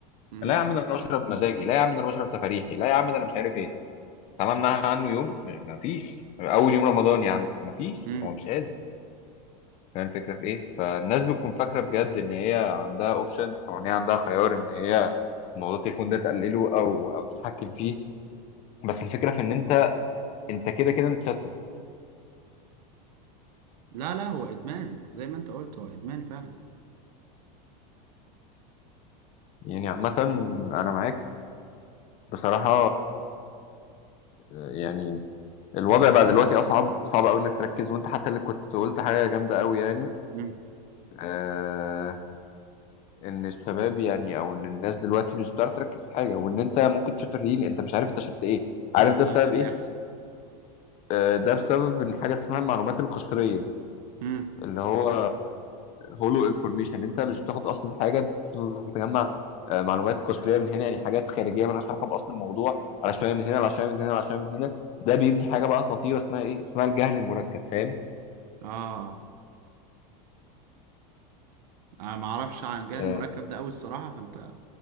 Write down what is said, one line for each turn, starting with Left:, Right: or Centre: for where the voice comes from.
Right: امم
Left: لا يا عم ده انا بشرب مزاجي لا يا عم ده انا بشرب تفريحي لا يا عم ده انا مش عارف ايه طالما منعها عنه يوم م- مفيش اول يوم رمضان يا عم مفيش
Right: امم
Left: هو مش قادر فاهم الفكرة في ايه فالناس بتكون فاكرة بجد ان هي عندها اوبشن او ان هي عندها خيار ان هي موضوع التليفون ده تقلله او او تتحكم فيه بس الفكرة في ان انت انت كده كده متشتت
Right: لا لا هو ادمان زي ما انت قلت هو ادمان فعلا
Left: يعني عامة انا معاك بصراحة يعني الوضع بقى دلوقتي اصعب صعب قوي انك تركز وانت حتى اللي كنت قلت حاجة جامدة قوي يعني
Right: امم
Left: آه ان الشباب يعني او ان الناس دلوقتي مش بتعرف تركز في حاجة وان انت ممكن تشوف الريل انت مش عارف انت شفت ايه عارف
Right: والله
Left: ده بسبب
Right: ده بيحصل
Left: ايه آه، ده بسبب ان حاجه اسمها المعلومات القشريه
Right: مم.
Left: اللي هو هولو انفورميشن انت مش بتاخد اصلا حاجه انت بتجمع آه، معلومات قصريه من هنا يعني حاجات خارجيه مالهاش علاقه باصل الموضوع على شويه من هنا على شويه من هنا على شويه من هنا ده بيبني حاجه بقى خطيره اسمها ايه اسمها الجهل المركب فاهم
Right: اه انا ما اعرفش عن جهاز
Left: آه
Right: المركب ده قوي الصراحه فانت